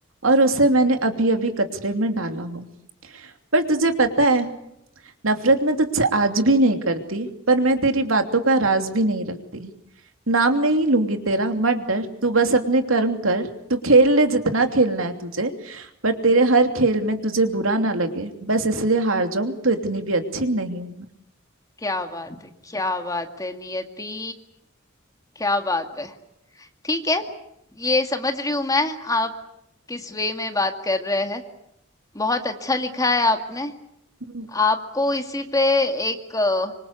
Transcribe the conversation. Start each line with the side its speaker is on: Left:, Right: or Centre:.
Right: और उसे मैंने अभी अभी कचरे में डाला हो पर तुझे पता है नफरत मैं तुझसे आज भी नहीं करती पर मैं तेरी बातों का राज भी नहीं रखती नाम नहीं लूंगी तेरा मत डर तू बस अपने कर्म कर तू खेल ले जितना खेलना है तुझे पर तेरे
Left: हुँ,
Right: हर खेल में तुझे बुरा ना लगे बस इसलिए हार जाऊं तो इतनी भी अच्छी नहीं हूं मैं
Left: क्या बात है क्या बात है नियति क्या बात है ठीक है ये समझ रही हूं मैं आप किस वे में बात कर रहे हैं बहुत अच्छा लिखा है आपने
Right: हम्म,
Left: आपको इसी पे एक अ,